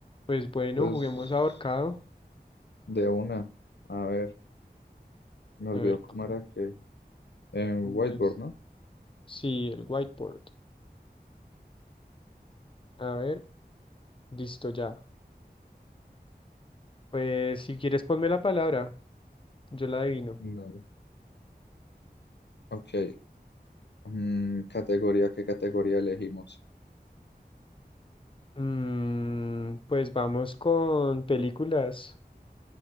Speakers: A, on the left; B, on the left.
A: Pues bueno,
B: Entonces,
A: juguemos ahorcado.
B: de una, a ver, me olvidó
A: A ver
B: cómo
A: cómo,
B: era que en
A: cómo
B: whiteboard,
A: es.
B: ¿no?
A: Sí, el whiteboard. A ver, listo ya. Pues si quieres ponme la palabra, yo la adivino.
B: Dale. Ok, mm, categoría, ¿qué categoría elegimos?
A: Mm, pues vamos con películas.